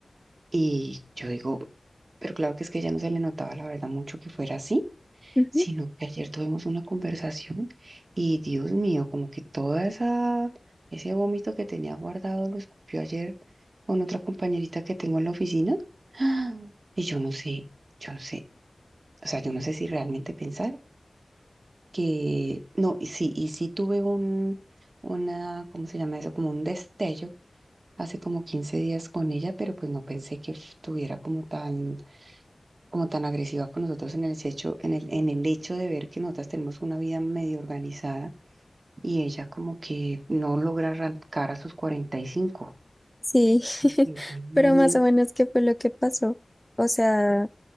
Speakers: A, on the right; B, in the centre.
A: Y yo digo, pero claro que es que a ella no se le notaba la verdad mucho que fuera así,
B: ujú.
A: sino que ayer tuvimos una conversación y Dios mío, como que toda esa, ese vómito que tenía guardado lo escupió ayer con otra compañerita que tengo en la oficina. <gasps> ¡Ah! Y yo no sé, yo no sé, o sea, yo no sé si realmente pensar que no, y sí, y sí tuve un, una, ¿cómo se llama eso? Como un destello hace como 15 días con ella, pero pues no pensé que f- tuviera como tan, como tan agresiva con nosotros en el hecho, en el, en el hecho de ver que nosotras tenemos una vida medio organizada y ella como que no logra arrancar a sus cuarenta Y cinco.
B: Sí, <laughs>
A: Y fue bien,
B: pero más o menos qué fue lo que pasó. O sea,